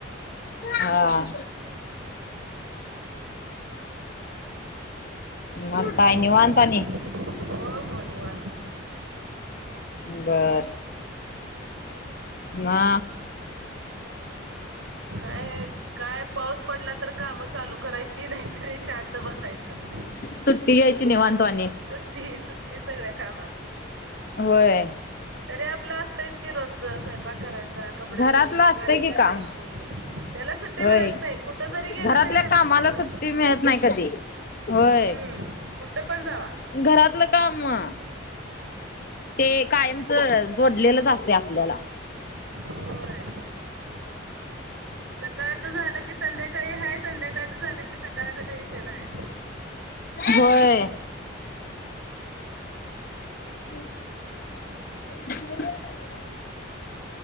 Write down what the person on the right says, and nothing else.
चालतंय.
हो हो निवांत
काय काय पाऊस पडला तर काम चालू करायची नाहीतरी शांत बसायचं
सुट्टी सुट्टी सगळ्या कामाला
तरी आपलं असतंच की रोजचं स्वयंपाक करायचा कपडे
धुवायची
भांडी
घासायची.
त्याला सुट्टी
मिळत नाही कुठ जरी गेलं
तरी त्याला
सुट्टी मिळत नाही.
हम्म कुठं पण जावा
होय. सकाळचं झालं की संध्याकाळी हाय संध्याकाळचं झालं की सकाळचं टेन्शन आहे